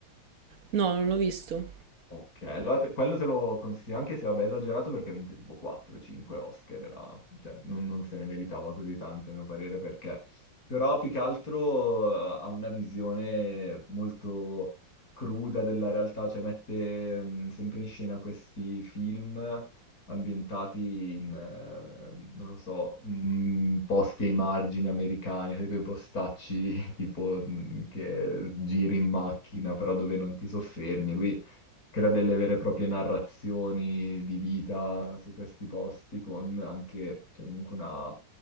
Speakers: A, on the right (about 50°); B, on the left (about 50°).
A: No, non l'ho visto.
B: Ok, allora te- quello te lo consiglio anche se vabbè è esagerato perché ha vinto tipo 4-5 Oscar, era- cioè, non, non se ne meritava così tante a mio parere perché, però più che altro eh, ha una visione molto cruda della realtà, cioè mette mh, sempre in scena questi film ambientati in, eh, non lo so, mh, posti ai margini americani, sai, quei postacci <laughs> tipo mh, che giri in macchina però dove non ti soffermi. Lui crea delle vere e proprie narrazioni di vita su questi posti con anche, cioè, comunque una